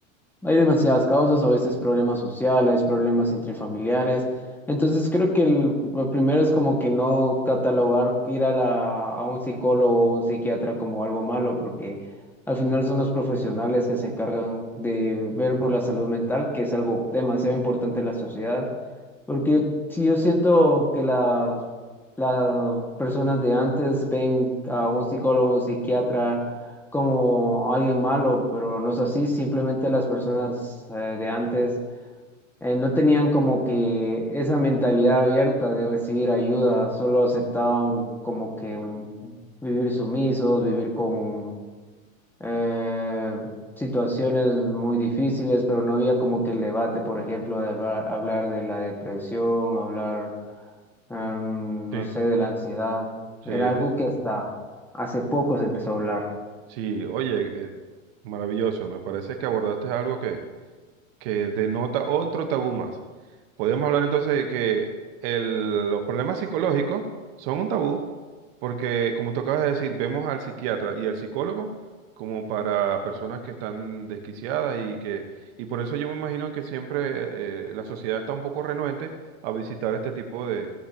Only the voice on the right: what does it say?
Sí,
sí,
de-
sí, oye, eh, maravilloso, me parece que abordaste algo que, que denota otro tabú más. Podríamos hablar entonces de que el- los problemas psicológicos son un tabú, porque como tú acabas de decir, vemos al psiquiatra y al psicólogo como para personas que están desquiciadas y que, y por eso yo me imagino que siempre eh, eh, la sociedad está un poco renuente a visitar este tipo